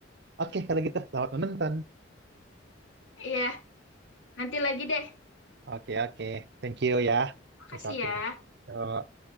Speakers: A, on the right; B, on the left.
A: Oke, kalau gitu selamat menonton.
B: iya nanti lagi deh
A: Oke, oke. Thank you ya
B: makasih
A: atas waktunya.
B: ya
A: Yo.